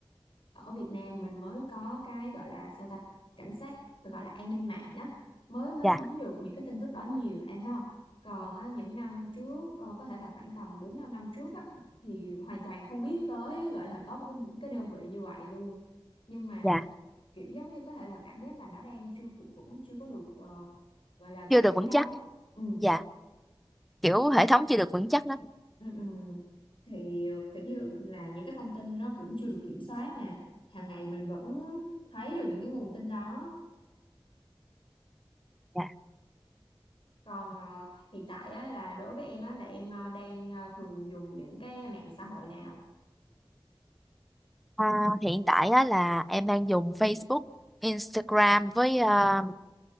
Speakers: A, on the left; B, in the centre.
A: ở Việt Nam mình mới có cái gọi là sao ta cảnh sát gọi là an ninh mạng đó mới mới
B: Dạ,
A: thấy được những cái tin tức đó nhiều em thấy không còn á, những năm trước ờ, có thể là khoảng tầm 4 5 năm trước á, thì hoàn toàn không biết tới gọi là có một cái cái đơn vị như vậy luôn nhưng mà
B: dạ.
A: kiểu giống như có thể là cảm giác là nó đang chưa cũng vững chưa có được ờ, gọi là
B: Chưa
A: gắt
B: được vững
A: gao
B: chắc.
A: á ừ.
B: Dạ. Kiểu hệ thống chưa được vững chắc lắm.
A: Ừ, ừ. thì ờ, kiểu như là những cái thông tin nó cũng chưa được kiểm soát nè hàng ngày mình vẫn thấy được những cái nguồn tin đó
B: Dạ.
A: còn ờ, hiện tại á, là đối với em á là em ờ, đang ờ, thường dùng những cái mạng xã hội nào
B: À, hiện tại á, là em đang dùng Facebook, Instagram
A: Ờ,
B: với à,